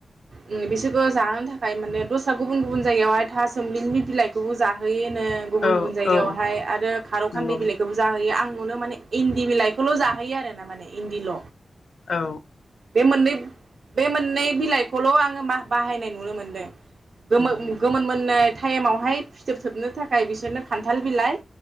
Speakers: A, on the right; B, on the left.
A: उम बिसोरखौ जाहोनो थाखाय माने दस्रा गुबुन गुबुन गुबुन जायगायावहाय था सोमलिनि बिलाइखौबो जाहोयो नो गुबुन
B: औ
A: गुबुन जायगायावहाय
B: औ
A: आरो खारौ खान्दै
B: नंगौ
A: बिलाइखौबो जाहैयो आं फुंआवनो माने इन्दि बिलाइखौल' जाहोयो आरो ना माने इन्दिल'
B: औ
A: बे मोननै बे मोननै बिलाइखौल' आङो मा बाहायनाय नुनो मोनदों गोमो
B: उम
A: गोमोन मोननाय टाइमावहाय फिथोब थोबनो थाखाय बिसोरनो खान्थाल बिलाइ